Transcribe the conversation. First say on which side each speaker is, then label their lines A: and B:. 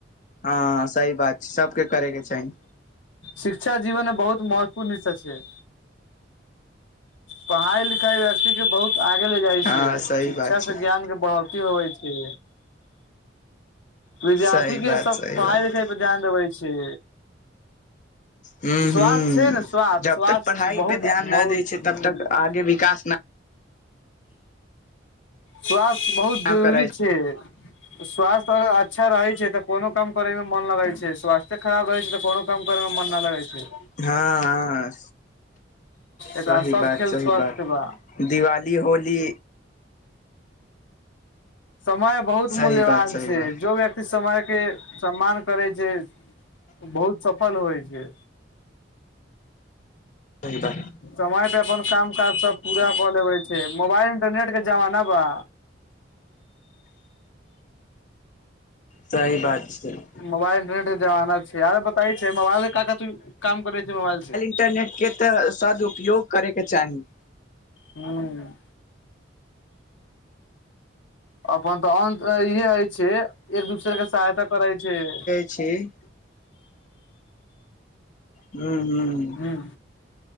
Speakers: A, on the left (about 40°); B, on the left (about 80°).
A: हाँ, सही बात छै सबके करे के चाही।
B: शिक्षा जीवन में बहुत महत्वपूर्ण हिस्सा छै। पढ़ाई लिखाई व्यक्ति के बहुत आगे ले जाइ
A: हँ
B: छै,
A: सही
B: शिक्षा
A: बात छै
B: से ज्ञान के बहोत। <unintelligible> होछै विद्यार्थी
A: सही
B: के
A: बात
B: सब
A: सही
B: पढ़ाइ
A: बात
B: लिखाई। ध्यान देबै छै।
A: हु -
B: स्वास्थ्य
A: हु
B: छै ने स्वास्थ्य
A: जबतक
B: स्वास्थ्य
A: पढ़ाई
B: बहुत
A: पे ध्यान
B: बहुत
A: न दै छै तब तक आगे विकास न।
B: स्वास्थ बहुत
A: न
B: जरूरी
A: करै
B: छै। स्वास्थ्य अगर अच्छा रहै छै तऽ कोनो काम करैय मे मोन लगैत छै, स्वास्थे। खराब रहै छै तऽ कोनो काम करै मे मन न लगै छै।
A: हाँ - हाँ
B: एकरा
A: सही
B: सब
A: बात,
B: खेल
A: सही
B: स्वस्थ
A: बात।
B: बा
A: दिवाली, होली।
B: समय बहुत
A: सही
B: मूल्यवान
A: बात सही
B: छै,
A: बात
B: जो व्यक्। समय के सम्मान करै छै, बहुत सफल होइ छै।
A: सही बात
B: समय पे अपन काम काज सब पूरा कऽ लेबे छै, मोबाइल इंटरनेट के जमाना बा।
A: सही बात छैय।
B: मोबाइल इंटरनेटके जमाना छैय, आरे बताय छै मोबाइल के क क काम करय छ छैय मोबाइल से।
A: इन्टरनेटके तऽ सदुपयोग करैके चाही।
B: हूँ। अपन तहन तऽ इहे होइ छैय एक दूसरे के सहायता करै छैय।
A: छी। हूँ- हूँ-हूँ।
B: हूँ।